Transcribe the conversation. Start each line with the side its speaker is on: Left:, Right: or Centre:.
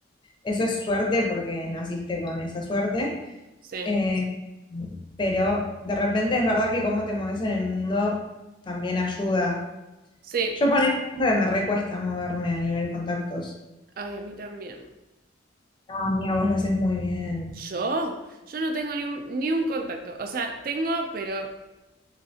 Left: eso es suerte porque naciste con esa suerte,
Right: sí,
Left: eh, pero de repente es verdad que cómo te mueves en el mundo también ayuda.
Right: sí,
Left: Yo ponía que me recuesta moverme a nivel contactos.
Right: ay, a mí también.
Left: No, amiga, vos lo haces muy bien.
Right: Yo, yo no tengo ni un, ni un contacto. O sea, tengo, pero